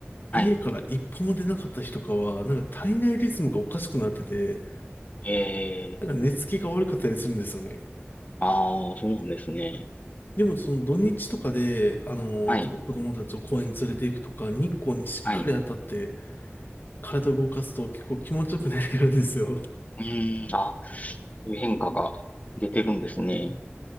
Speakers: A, on the left; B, on the left.
A: はい。
B: 家から一歩も出なかった日とかは、なんか体内リズムがおかしくなってて、
A: ええ、
B: なんか寝つきが悪かったりするんですよね。
A: ああ、そうなんですね。
B: でもその土日とかで、あのーちょっと子供たちを公園に連れて行くとか、
A: はい、
B: 日光にしっかり当たって、
A: はい。
B: 体を動かすと結構気持ちよく寝れるんですよ。
A: うーん、あ、そういう変化が出てるんですね。